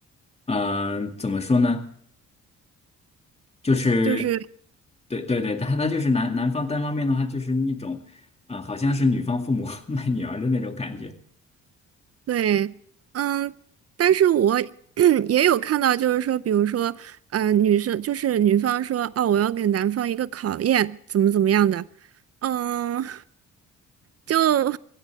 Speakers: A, on the left; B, on the right.
A: 嗯、怎么说呢？就是，
B: 就是
A: 对对对，他他就是男男方单方面的话，就是一种，啊、好像是女方父母 <laughs> 卖女儿的那种感觉。
B: 对，嗯，但是我 <clears throat> 也有看到，就是说，比如说，嗯，女生就是女方说，哦，我要给男方一个考验，怎么怎么样的，嗯。就